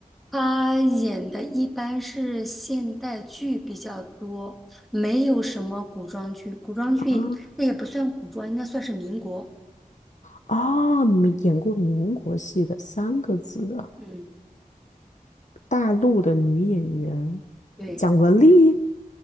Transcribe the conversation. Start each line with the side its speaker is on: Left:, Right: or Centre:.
Centre: 他演的一般是现代剧比较多，没有什么古装剧。古装剧那也不算古装，
Left: 啊，
Centre: 应该算是民国。
Left: 啊，民演过民国戏的三个字的
Centre: 嗯，
Left: 大陆的女演员，
Centre: 对，
Left: 蒋雯丽。